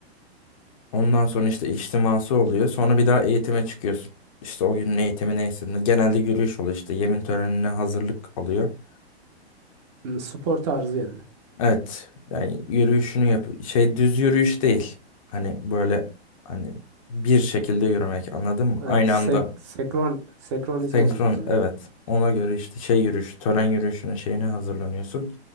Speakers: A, on the left (about 30°); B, on the right (about 25°).
A: Ondan sonra işte içtiması oluyor. Sonra bir daha eğitime çıkıyorsun. İşte o günün eğitimi neyse. Genelde yürüyüş oluyor işte. Yemin törenine hazırlık oluyor.
B: Hmm, Spor tarzı yani.
A: Evet. Yani yürüyüşünü yap. Şey düz yürüyüş değil. Hani böyle hani bir şekilde yürümek anladın mı?
B: Ha,
A: Aynı
B: sek,
A: anda
B: sekron, senkronize
A: Senkron
B: oluyorsunuz yani.
A: evet. Ona göre işte şey yürüyüş, tören yürüyüşüne şeyine hazırlanıyorsun.